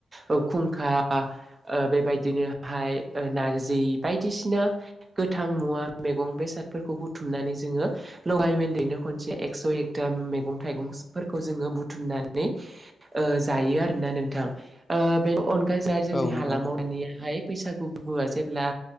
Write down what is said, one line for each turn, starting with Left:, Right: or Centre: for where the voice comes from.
Right: ओ खुंखा ओ बेबायदिनो हाय जि बायदिसिना गोथां मुवा मैगं बेसादफोरखौ बु बुथुमनानै जोङो लागायमोनदेरनो खनसे एकस' एकथा मैगं थाइगं जोङो बुथुमना- नै जायो आरोना नोंथां ओ बेनि अनगायै जोंहा जोंनि
Left: औ नंगौ
Right: हालामाव
Left: नोंथां
Right: दानियाहाय बैसागु फोरबोआ जेब्ला